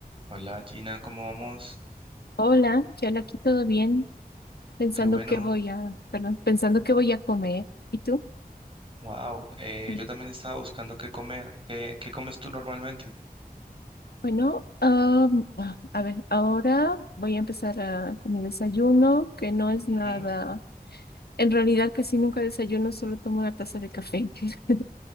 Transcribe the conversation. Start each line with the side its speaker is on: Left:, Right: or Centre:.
Right: Hola Gina, ¿cómo vamos?
Left: Hola, ya aquí todo bien, pensando
Right: Qué bueno.
Left: que voy a, perdón, pensando que voy a comer. ¿Y tú?
Right: Wow,
Left: Mm.
Right: yo también estaba buscando qué comer. ¿Qué, qué comes tú normalmente?
Left: Bueno, am, ah, a ver, ahora voy a empezar a, con mi desayuno, que no es
Right: Ujú.
Left: nada, en realidad casi nunca desayuno, solo tomo una taza de café. <laughs>